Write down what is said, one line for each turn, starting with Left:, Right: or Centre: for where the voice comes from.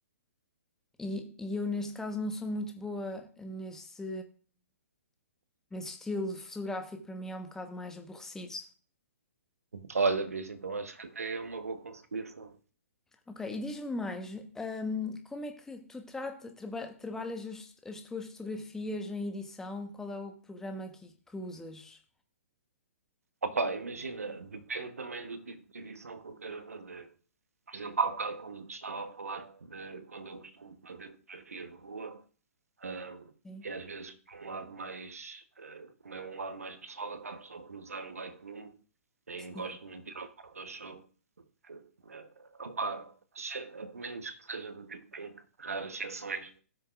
Centre: E, e eu neste caso não sou muito boa nesse, nesse estilo fotográfico, para mim é um bocado mais aborrecido.
Right: Olha, bicho, então acho que até é uma boa conciliação.
Centre: Ok, e diz-me mais, hum, como é que tu trata, traba- trabalhas as, as tuas fotografias em edição? Qual é o programa que, que usas?
Right: Opa, imagina, depende também do tipo de edição que eu queira fazer. Por exemplo, há bocado quando te estava a falar de quando eu costumo fazer fotografia de rua, ahm,
Centre: Sim.
Right: e às vezes por um lado mais, ah, como é um lado mais pessoal, acabo só por usar o Lightroom, nem
Centre: Sim.
Right: gosto muito de ir ao Photoshop. Eh, Opa, exce- a menos que seja do tipo que tenho que tirar as exceções